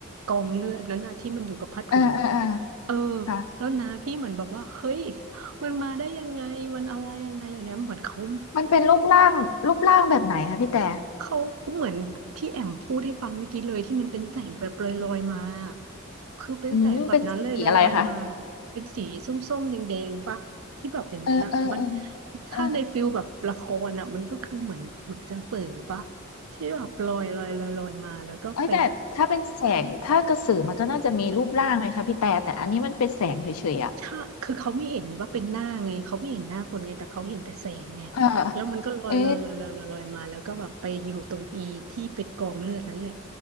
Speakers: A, on the right; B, on the left.
A: กองเลือดนั้นอะที่มันอยู่กับผ้าถุงอะ
B: เออเออเออ
A: เออ
B: ค่ะ
A: แล้วนะพี่เหมือนแบบว่าเฮ้ยมันมาได้ยังไงมันอะไรยังไงอันเนี้ยเหมือนเขา
B: มันเป็นรูปร่างรูปร่างแบบไหนคะพี่แต่
A: เขาเหมือนที่แอมพูดให้ฟังเมื่อกี้เลยที่มันเป็นแสงแบบลอยๆมาคือเป็นแสงแบบนั้นเลยลอยๆมา
B: อืมเป็นสีอะไรคะ
A: เป็นสีส้มๆแดงๆปะที่แบบอย่างนั้นอ่ะมัน
B: เออเออเออ
A: ถ้าในฟิลแบบละครอ่ะมันก็คือเหมือนเหมือนกระสือปะ
B: เออ
A: ที่แบบลอยลอยลอยลอยมาแล้วก็ไป
B: เอ้ยแต่ถ้าเป็นแสงถ้ากระสือมันก็น่าจะมีรูปร่างไหมคะพี่แต่แต่อันนี้มันเป็นแสงเฉยๆอ่ะ
A: ใช่คือเขาไม่เห็นว่าเป็นหน้าไงเขาไม่เห็นหน้าคนไงแต่เขาเห็นแต่แสงไง
B: เออ
A: แล้วมันก็ลอยลอยลอยลอยลอยลอยมาแล้วก็แบบไปอยู่ตรงอีที่เป็นกองเลือดนั่นแหละ
B: เออ